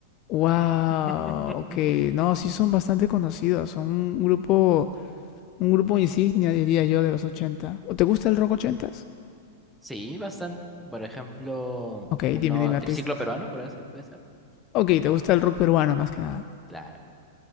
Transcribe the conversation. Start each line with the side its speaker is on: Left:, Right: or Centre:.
Left: Wow,
Centre: <laughs>
Left: ok. No, sí son bastante conocidos. Son un grupo, un grupo insignia, diría yo, de los 80. ¿O ¿Te gusta el rock ochentas? s
Centre: Sí, bastante. Por ejemplo,
Left: Ok,
Centre: uno
Left: dime, dime artistas.
Centre: triciclo peruano, por así puede ser.
Left: Ok, ¿te gusta el rock peruano más que nada?
Centre: Claro.